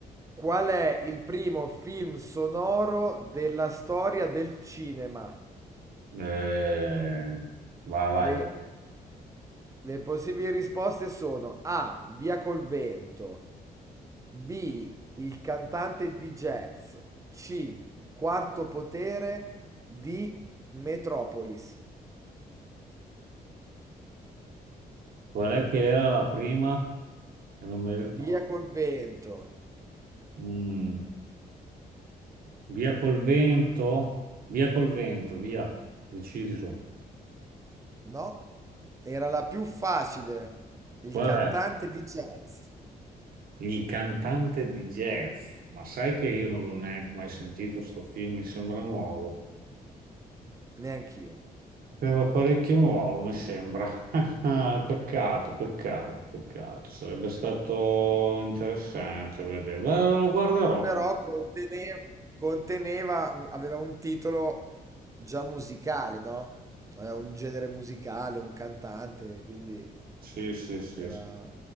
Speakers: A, on the right; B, on the right.
A: Qual è il primo film sonoro della storia del cinema?
B: Eh, vai, vai.
A: Le, le possibili risposte sono A, Via col vento, B, il cantante di jazz, C, Quarto potere, D, Metropolis.
B: Qual è che era la prima? Che non mi ricordo.
A: Via col Oh. vento.
B: Mm, via col vento? Via col vento, via. Decidi tu.
A: No, era la più facile. Il
B: Qual
A: cantante
B: è?
A: di jazz.
B: Il cantante di jazz. Ma sai che io non l'ho neanche mai sentito sto film, mi sembra nuovo.
A: Neanch'io.
B: Sembra parecchio nuovo, mi sembra. <laughs> Peccato, peccato, peccato. Sarebbe stato interessante vedere. Beh, lo guarderò.
A: Però
B: com-
A: conteneva, conteneva un- aveva un titolo già musicale, no? Aveva un genere musicale, un cantante, quindi
B: Sì, sì, sì.
A: era,
B: sì.